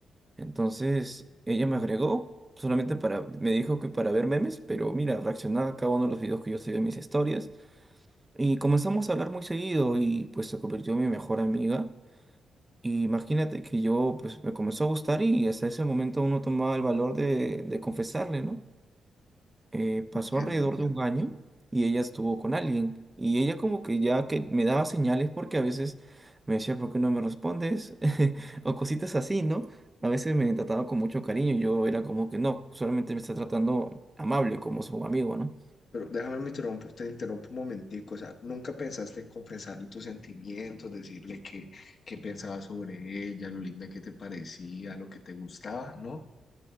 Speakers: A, on the right (about 20°); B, on the left (about 60°).
A: Entonces ella me agregó solamente para, me dijo que para ver memes, pero mira, reaccionaba a cada uno de los videos que yo subía en mis historias y comenzamos a hablar muy seguido y pues se convirtió en mi mejor amiga. Y imagínate que yo pues me comenzó a gustar y hasta ese momento uno tomaba el valor de, de confesarle, ¿no? eh, pasó
B: Eh,
A: alrededor
B: no entiendo.
A: de un año y ella estuvo con alguien. Y ella como que ya que me daba señales porque a veces me decía, ¿por qué no me respondes? <laughs> O cositas así, ¿no? A veces me trataba con mucho cariño y yo era como que no, solamente me está tratando amable como su amigo, ¿no?
B: Pero déjame me interrumpo, te interrumpo un momentico. O sea, ¿nunca pensaste en confesarle tus sentimientos, decirle que, qué pensabas sobre ella, lo linda que te parecía, lo que te gustaba, ¿no?